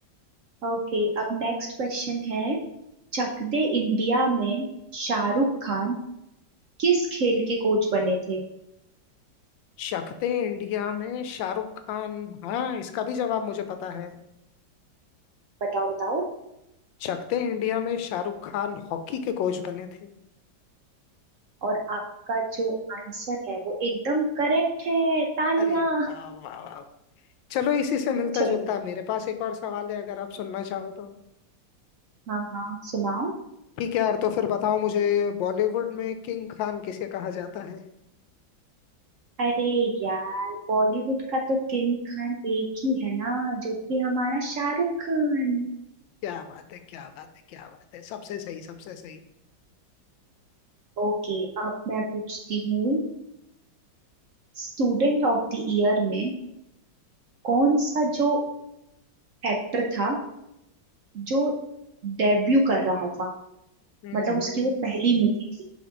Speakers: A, on the right; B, on the left.
A: ओके अब नेक्स्ट क्वेश्चन है चक दे इंडिया में शाहरुख खान किस खेल के कोच बने थे
B: शक्ते इंडिया में शाहरुख खान हाँ इसका भी जवाब मुझे पता है
A: बताओ बताओ
B: शक्ते इंडिया में शाहरुख खान हॉकी के कोच बने थे
A: और आपका जो आंसर है वो एकदम करेक्ट है तालियां
B: अरे वाह वाह वाह वाह। चलो इसी से मिलता
A: चलो
B: जुलता मेरे पास एक और सवाल है अगर आप सुनना चाहो तो
A: हाँ हाँ सुनाओ
B: ठीक है यार तो फिर बताओ मुझे बॉलीवुड में किंग खान किसे कहा जाता है
A: अरे यार बॉलीवुड का तो किंग खान एक ही है ना जो कि हमारा शाहरुख खान
B: क्या बात है क्या बात है क्या बात है सबसे सही सबसे सही
A: ओके अब मैं पूछती हूँ स्टूडेंट ऑफ द ईयर में कौन सा जो एक्टर था जो डेब्यू कर रहा था
B: हम्म
A: मतलब
B: हम्म
A: उसकी वो
B: हम्म।
A: पहली मूवी थी